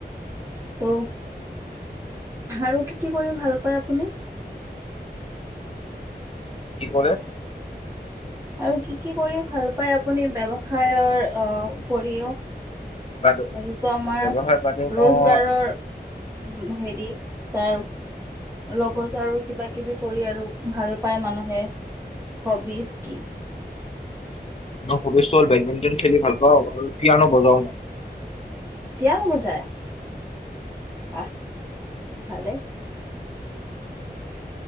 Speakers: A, on the right; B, on the left.
A: ত আৰু কি কি কৰি ভাল পায় আপুনি?
B: কি কৰে?
A: আৰু কি কি কৰি ভাল পাই আপুনি ব্যৱসায়ৰ উপৰিও,
B: বাদে
A: এইটোটো আমাৰ
B: ব্যৱসায় বাদে মই
A: ৰোজগাৰৰ হেৰি তাৰ, লগতো আৰু কিবা কিবি কৰি আৰু ভাল পায় মানুহে, হবিজ কি?
B: মোৰ হবিজ টো হল বেডমিন্টন খেলি ভাল পাওঁ আৰু পিয়ানো বজাও মই,
A: পীয়ানো বজাই? আহ ভালেই।